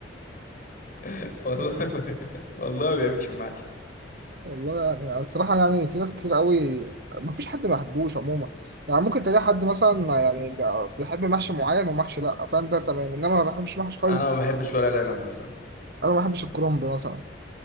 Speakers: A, on the left; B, on the right.
A: <laughs> والله <laughs> والله ما بيحبش المحشي
B: والله يعني الصراحة يعني في ناس كتير قوي ما فيش حد ما بيحبوش عموما يعني ممكن تلاقي حد مثلا يعني بيحب محشي معين ومحشي لا فاهم ده تمام انما ما بحبش محشي خالص
A: انا ما بحبش ورق العنب مثلا
B: انا ما بحبش الكرنب مثلا